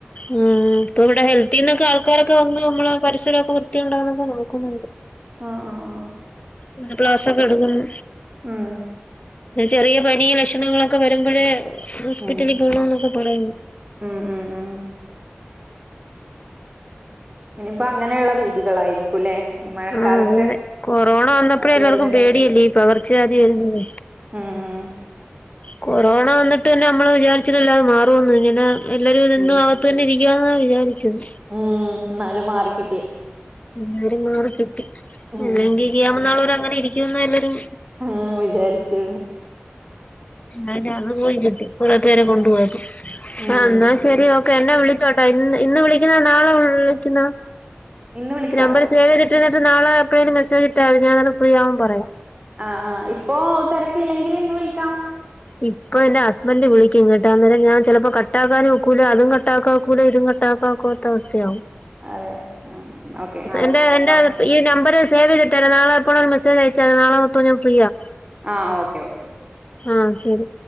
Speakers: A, on the left; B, on the right.
A: ഉം ഇപ്പ ഇവടെ ഹെൽത്തിന്നൊക്കെ ആൾക്കാരൊക്കെ വന്ന് നമ്മള് പരിസരക്കെ വൃത്തിയുണ്ടോന്നൊക്കെ നോക്കുന്നുണ്ട്
B: ആഹ് ആ ആ
A: ഒരു ക്ലാസൊക്കെ എടുക്കുന്നു
B: ഉം
A: ചെറിയ പനി വെഷ് ലക്ഷണങ്ങളൊക്കെ വരുമ്പഴേ ഹോസ്പിറ്റലിൽ
B: ഉം
A: പോണന്നൊക്കെ പറയുന്നു
B: ഉം ഉം ഉം ഇനിപ്പോ അങ്ങനെയുള്ള വീതികളായിരിക്കുംല്ലേ. ഈ മഴക്കാലത്ത്
A: ആ അങ്ങനെ കൊറോണ വന്നപ്പോഴേ
B: അതുപോലെ
A: എല്ലാവർക്കും. പേടിയല്ലേ പകർച്ച വ്യാതി വരുന്നത്.
B: ആആ
A: കൊറോണ വന്നിട്ട് നമ്മെ വിചാരിച്ചട്ടല്ലാെ മാറുംന്ന് ഇങ്ങനെ എല്ലാരും ഇന്നും
B: ഉം
A: ആകത്ത് തന്നെ ഇരിക്കാന്നാണ് വിാരിച്ചത്
B: ഉം എന്നാലും മാറിക്കിട്ടി
A: എല്ലരും മാറി കിട്ടി-
B: ഉം
A: അല്ലെങ്കിൽ <unintelligible> അങ്ങനെ ഇരിക്കുംന്ന എല്ലരും
B: മ്മ് വിചാരിച്ചു
A: അന്നെ അത്പോയി കിട്ടി ഓരോരുത്തരെ
B: ഉം
A: കൊണ്ട് പോയപ്പോ-
B: ഉം
A: ആ ന്നാ ശെരി ഓക്കേ എന്നെ വിളിച്ചോട്ടോ ഇ ഇന്ന് വിളിക്കുന്ന നാളെ വിളിക്കുന്ന
B: ഇന്ന് വിളിക്കാം
A: നമ്പർ സേവ് <unintelligible> എന്നിട്ട നാളെ എപ്പഴേലും മെസേജ് ഇട്ട മതി ഞാൻ ഫ്രീ ആവുമ്പോ പറയാ
B: ആഹ ആഹ ഇപ്പൊ തിരക്കില്ലെങ്കിൽ ഇന്ന് വിളിക്കാം
A: ഇപ്പൊ എന്റെ ഹസ്ബൻന്റ് വിളിക്കും കേട്ടാ അന്നേരം ഞാൻ ചെലപ്പോ കട്ടാക്കാൻ നോക്കൂല അതും കട്ടാക്കാ നോക്കൂല ഇതും <unintelligible> ക <unintelligible> അവസ്ഥയാവും
B: അതെ ആഹ് ഓക്കെ നാളെ
A: എന്റെ
B: വിളിക്കാട്ടോ
A: എന്റെ ഇ <unintelligible> സേവ് ചെയ്തിട്ടേര് നാളെ എപ്പഴോ ഒരു മെസ്സേജ് അയച്ച മതി നാളെ മൊത്തം ഞാൻ ഫ്രീയാ
B: ആ ഓക്കേ ഓക്കേ ഓക്കെ-
A: ആ ശരി